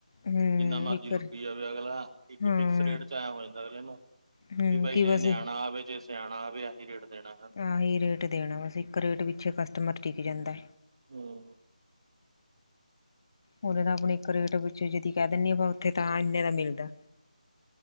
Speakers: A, on the left; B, on the right.
A: ਹੂੰ
B: ਜਿੰਨਾ ਮਰਜ਼ੀ
A: ਇੱਕ
B: ਲੁੱਟੀ
A: ਵਾਰ-
B: ਜਾਵੇ ਅਗਲਾ, ਇੱਕ
A: ਹਾਂ
B: ਫਿਕਸ ਰੇਟ 'ਚ ਐ ਹੋ ਜਾਂਦਾ ਅਗਲੇ ਨੂੰ
A: ਹੂੰ
B: ਵੀ ਬਾਈ
A: ਕੀ
B: ਜੇ
A: ਬਸ
B: ਨਿਆਣਾ ਆਵੇ, ਜੇ ਸਿਆਣਾ ਆਵੇ ਅਹੀ ਰੇਟ ਦੇਣਾ ਹੈ
A: ਆਹੀ ਰੇਟ ਦੇਣਾ ਬਸ ਇੱਕ ਰੇਟ ਪਿੱਛੇ ਕਸਟਮਰ ਟੀਕ ਜਾਂਦਾ।
B: ਹੂੰ
A: ਓਨੇ ਤਾਂ ਅਪਨੀ ਇੱਕ ਰੇਟ ਵਿੱਚ <unintelligible> ਕਹਿ ਦਿੰਦੀ ਓਥੇ ਤਾਂ ਇੰਨੇ ਦਾ ਮਿਲਦਾ।